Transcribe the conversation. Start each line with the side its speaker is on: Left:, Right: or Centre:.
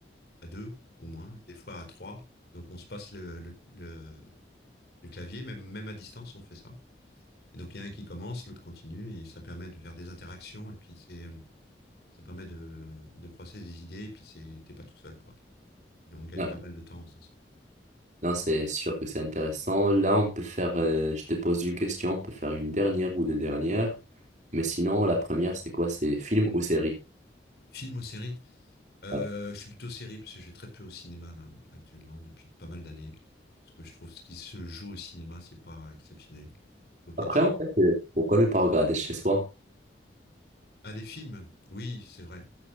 Left: à deux au moins, et des fois à trois. Donc, on se passe le, le, le- le clavier, même, même à distance, on fait ça. Et donc, il y a un qui commence, l'autre continue, et ça permet de faire des interactions, et puis c'est, ça permet de, de croiser des idées, et puis c'est, t'es pas tout seul, quoi. Et on gagne
Right: Ouais.
Left: pas mal de temps en faisant ça.
Right: Non, c'est sûr que c'est intéressant. Là, on peut faire, euh, je te pose une question, on peut faire une dernière ou deux dernières. Mais sinon, la première, c'est quoi? C'est film ou série?
Left: Film ou série? Euh,
Right: Ah.
Left: je suis plutôt série parce que je vais très peu au cinéma là, actuellement depuis pas mal d'années parce que je trouve ce qui se joue au cinéma c'est pas exceptionnel. Je trouve qu'il
Right: Après,
Left: y a des choses.
Right: en fait, euh, pourquoi ne pas regarder chez soi?
Left: Ah des films, oui c'est vrai.